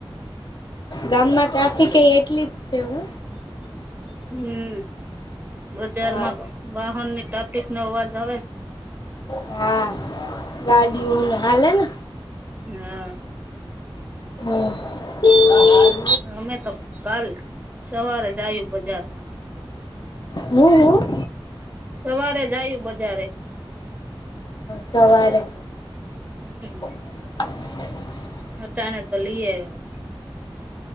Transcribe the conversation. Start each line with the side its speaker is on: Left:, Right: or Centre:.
Left: ગામમાં ટ્રાફિક એ એટલી જ છે હો.
Right: હમ બજારમાં
Left: હા
Right: વાહનની ટાપિક નો અવાજ આવે.
Left: હા ગાડિઓ
Right: હમ
Left: ને હાલે ને.
Right: હા.
Left: હમ.
Right: અમે તો કાલ સવારે જાયે બજારમાં.
Left: હું હું,
Right: સવારે જાયે બજારે.
Left: સવારે.
Right: હમ.
Left: <inaudible>
Right: અટાણે તો લઈ આયવા.